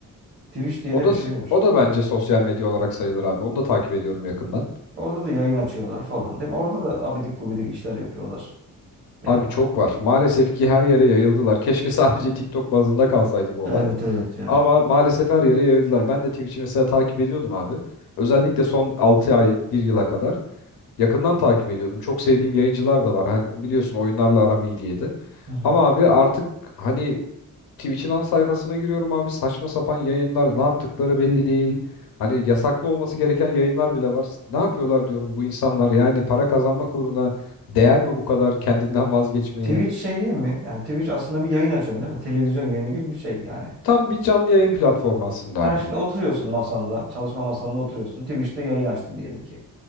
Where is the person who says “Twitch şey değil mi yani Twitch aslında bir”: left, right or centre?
Right